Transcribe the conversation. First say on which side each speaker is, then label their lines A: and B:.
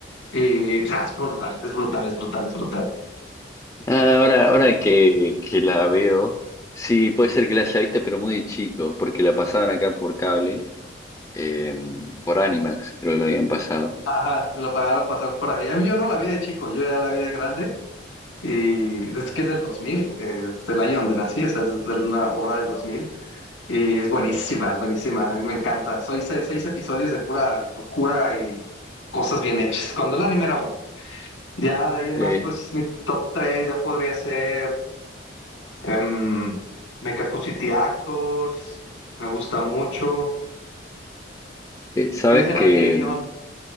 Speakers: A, on the left; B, on the left.
A: Y o sea, es brutal, es brutal, es brutal, es brutal.
B: Ah, ahora, ahora que, que la veo, sí, puede ser que la haya visto, pero muy chico, porque la pasaban acá por cable, eh, por Animax, creo que lo habían pasado.
A: Ajá, lo pagaron pasar por ahí. A mí yo no la vi de chico, yo ya la vi de grande. Y es que es del 2000, es del año donde nací, o sea, es de una obra del 2000. Y es buenísima, es buenísima, a mí me encanta. Soy seis, seis episodios de pura locura y cosas bien hechas. Cuando el anime era bueno. Ya de ahí en
B: Eh,
A: más, pues mi top tres ya podría ser em, Mekaku City Actors, me gusta mucho.
B: eh, ¿sabes
A: E- Evangelion,
B: que